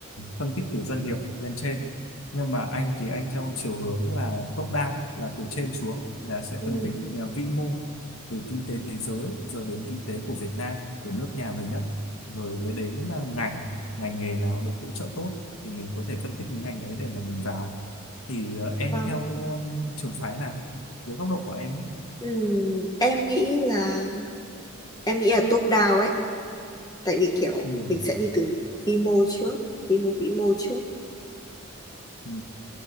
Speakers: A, on the left (about 80°); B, on the left (about 20°).
A: phân tích từ doanh nghiệp lên trên. Nhưng mà anh thì anh theo chiều hướng là top down là từ trên xuống là sẽ
B: ừ
A: phân tích ờ, vĩ mô từ kinh tế thế giới rồi đến kinh tế của Việt Nam của nước nhà mình á rồi mới đến à, ngành ngành nghề nào được hỗ trợ tốt thì mình có thể phân tích những ngành đấy để mà mình vào thì ờ, em
B: vâng
A: theo um, trường phái nào dưới góc độ của em á?
B: ừ em nghĩ là em nghĩ là top down ấy tại vì kiểu
A: ừ,
B: mình sẽ đi từ vi mô trước vi mô vĩ mô trước
A: ừ,